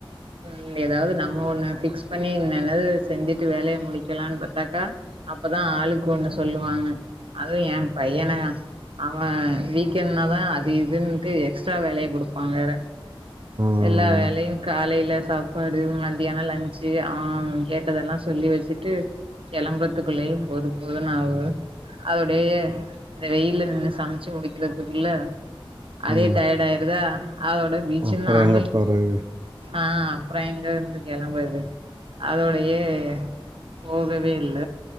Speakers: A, on the right (about 70°); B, on the right (about 50°).
A: ம் ஏதாது நம்ம ஒன்னு ஃபிக்ஸ் பண்ணி என்னாது செஞ்சிட்டு வேலைய முடிக்கலாம்னு பாத்தாக்கா அப்பதா ஆளுக்கு ஒன்னு சொல்லுவாங்க அதுவு ஏயே பையனா அவே வீக்கெண்ட்டுனாதா அது இதுன்னுட்டு எக்ஸ்ட்ரா வேலய குடுப்பா வேற
B: ம்
A: எல்லா வேலயு காலையில சாப்பாடு மத்தியானோ லஞ்சி அவ கேட் கேட்தெல்லா சொல்லி வெச்சிட்டு கெளம்பறத்துக்குள்ளயே போதும்போதுன்னு ஆகுது அப்டியே இந்த வெயில்ல நின்னு சமைச்சி முடிக்கிறதுக்குள்ள அதே
B: ம்
A: டயர்டா ஆயிருதா அதோட பீச்ச
B: அப்றோ
A: நாங்களு
B: எங்க போறது
A: ஆ அப்றோ எங்க இருந்து கெளம்பறது அதோட தே போகவே இல்ல